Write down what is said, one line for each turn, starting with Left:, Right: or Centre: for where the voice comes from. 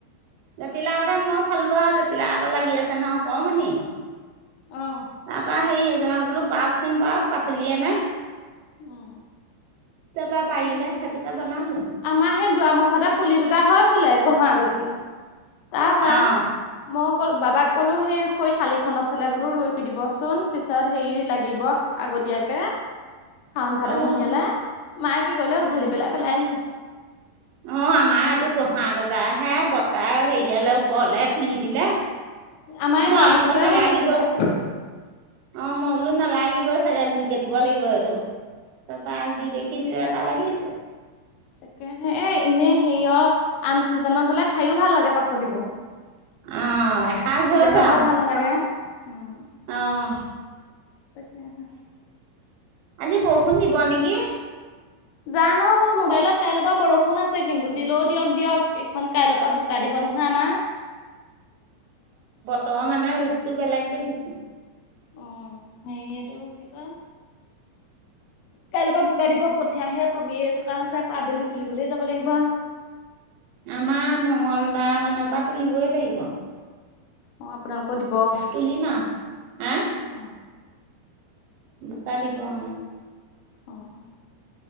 Right: জাতিলাও এটা মই চালো আ জাতিলাও এটা লাগি আছে নহয় অকমানি।
Left: অ'
Right: তাপা সেই এজনক বোলো পাঅকচোন পাঅক পাচলিয়ে নাই।
Left: অ।
Right: তাৰপৰা
Left: তাকেহে
Right: পাৰিলে সেইটোকে বনালো
Left: আমাৰ হেই দুৱাৰ মুখতে পুলি দুটা হৈ হৈছিলে <unintelligible> <unintelligible> তা পা
Right: অ'
Left: মোক কল বাবাক ক'লো সেই হৈ চালি খনৰ ফালে বোলো ৰুই দিবচোন। পিছত হেৰি লাগিব আগত তীয়াকে শাওন, ভাদমহীয়ালে।
Right: অ'
Left: মায়ে কি <unintelligible>
Right: উম
Left: উঘালি পেলাই পেলাই দিলে।
Right: অ, আমাৰ সেটো গহা গজা হে। বৰ্তাই হেৰিয়ালে ওপৰলে তুলি দিলে।
Left: আমাৰে
Right: মই
Left: দুৱামুখতে
Right: আকৌ নালাগিবই
Left: হেই হৈছিলে।
Right: অ, মই বোলো নালাগিবই চাগে। গুই কাটিব লাগিব এইটো। তাপা
Left: উম।
Right: যি দেখিছো ইয়াত এটা লাগিছে।
Left: তাকেহে, এ ইনে হেয় আন চিজনত হলে খাইয়ো ভাল লাগে পাচলিবো।
Right: অ' এসাঁজ
Left: চিজনতহে
Right: হৈছে আৰু
Left: ভাল নালাগে। উম।
Right: অ'
Left: তাকেহে।
Right: আজি বৰষুণ দিব নেকি?
Left: জানো মোবাইলত কাইলে পা বৰষুণ আছে কিন্তু। দিলেও দিয়ক দিয়ক এইখন কাইলে পা পা বোকা দিব নহয় আমা।
Right: তৰ মানে ৰূপটো বেলেগ দেখিছো।
Left: অ হেই এইটো কি কয়, কাইলে পা বোকা দিব। কঠিয়াহে তুলিয়ে থকা হৈছে। আকৌ আবেলি তুলিবলৈ যাব লাগিব।
Right: আমা মঙ্গলবাৰ মানৰ পা তুলিবই লাগিব।
Left: অ, আপোনালোকৰ দিব। অ।
Right: তুলিম আৰু হা বোকা দিব অ।
Left: অ অ।